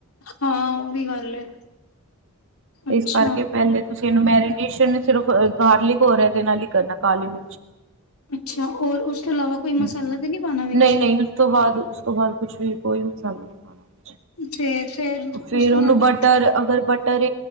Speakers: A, on the left (about 80°); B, on the right (about 60°).
A: ਹਾਂ ਉਹ ਵੀ ਗੱਲ ਹੈ। ਅੱਛਾ,
B: ਇਸ ਕਰਕੇ ਪਹਿਲੇ ਤੁਸੀਂ ਮੈਨੂੰ ਮੈਰੀਨੇਸ਼ਨ ਸਿਰਫ ਗਾਰਲਿਕ ਹੋਰ ਇਹਦੇ ਨਾਲ ਹੀ ਕਰਨਾ ਕਾਲੀ ਮ
A: ਅੱਛਾ ਹੋਰ ਉਸ ਤੋਂ ਇਲਾਵਾ ਕੋਈ
B: ਹੂੰ
A: ਮਸਾਲਾ ਤੇ ਨੀ ਪਾਣਾ ਵਿਚ।
B: ਨਹੀਂ ਨਹੀਂ ਉਸ ਤੋਂ ਬਾਅਦ ਉਸ ਤੋਂ ਬਾਅਦ ਕੁਛ ਵੀ ਕੋਈ ਮਸਾਲਾ ਨਹੀਂ ਪਾਉਣਾ।
A: ਤੇ
B: ਫੇਰ
A: ਉਸ ਤੋਂ
B: ਉਹਨੂੰ
A: ਬਾਅਦ
B: ਬਟਰ ਅਗਰ ਬਟਰ